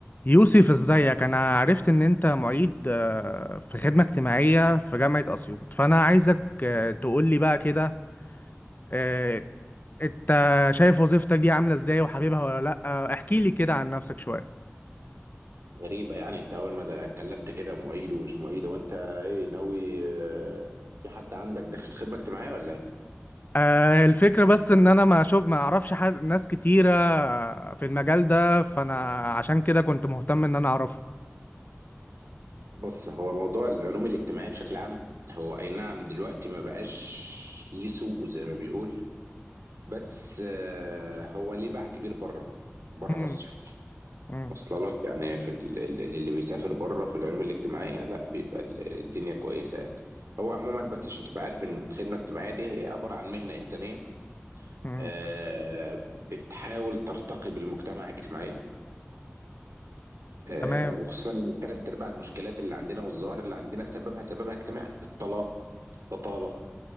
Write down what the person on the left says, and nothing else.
يوسف ازيك انا عرفت ان انت معيد آه، في خدمة اجتماعية في جامعة اسيوط فانا عايزك آه، تقولي بقى كده آه، انت شايف وظيفتك دي عاملة ازاي وحبيبها ولا لا احكي لي كده عن نفسك شوية
آه، الفكرة بس ان انا ما شوف ما اعرفش حد- ناس كتيرة في المجال ده فانا عشان كده كنت مهتم ان انا اعرفه
مم،
مم،
مم،
تمام